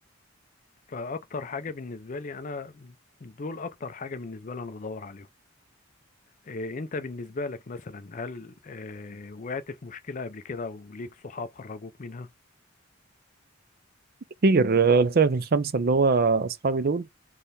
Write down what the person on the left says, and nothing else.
فاكتر حاجة بالنسبة لي انا دول اكتر حاجة بالنسبة لي انا بدور عليهم آه، انت بالنسبة لك مثلا هل آه، وقعت في مشكلة قبل كده وليك صحاب خرجوك منها